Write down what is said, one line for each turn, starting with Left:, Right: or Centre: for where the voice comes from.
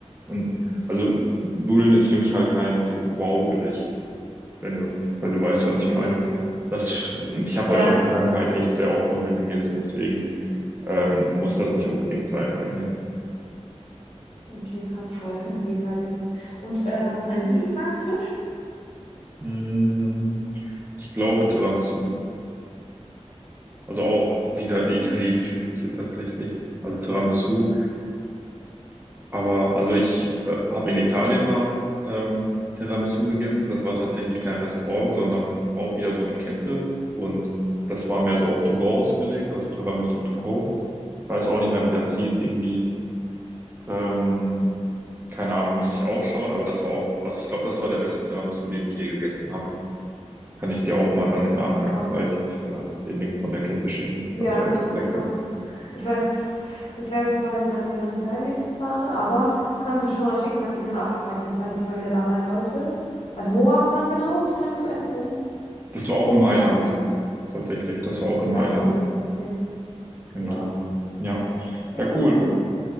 Right: Und also Nudeln ist für mich halt kein so Wow-Gericht, wenn du, wenn du weißt, was
Left: Okay.
Right: ich meine. Das, und ich habe
Left: Ja.
Right: halt in der Vergangenheit echt sehr oft Nudeln gegessen, deswegen ähm, muss das nicht unbedingt sein bei mir.
Left: Okay, krass. Boah, ich könnte das jeden Tag essen. Und äh, was ist dein Lieblingsnachtisch? <laughs>
Right: Mm. Ich glaube Tiramisu. Also auch wieder die italienische Küche tatsächlich. Also Tiramisu. Aber also ich äh, habe in Italien mal ähm, Tiramisu gegessen. Das war tatsächlich kein Restaurant, sondern auch wieder so eine Kette. Und das war mehr so auf To Go ausgelegt, also Tiramisu To Go. Weiß auch nicht mehr, wie das hieß. Irgendwie, ähm, keine Ahnung, müsste ich auch schauen. Aber das war auch, also ich glaube, das war der beste Tiramisu, den ich je gegessen habe. Kann ich dir auch mal dann im Nachgang
Left: Okay, krass.
Right: vielleicht ähm, den Link von der Kette schicken.
Left: Ja,
Right: Das war echt
Left: kannst
Right: lecker.
Left: du machen. Ich weiß, ich weiß zwar nicht, wann ich wieder nach Italien fahre, aber kannst du schon mal schicken, kann ich mir mal abspeichern, falls ich mal wieder da sein sollte. Also wo warst du dann genau Tiramisu essen in?
Right: Das war auch
Left: Wo
Right: in
Left: in
Right: Mailand,
Left: Italien?
Right: tatsächlich. Das war auch in Mailand.
Left: Ach so, okay.
Right: Genau.
Left: Ja,
Right: Ja.
Left: ja,
Right: Ja, cool.
Left: cool.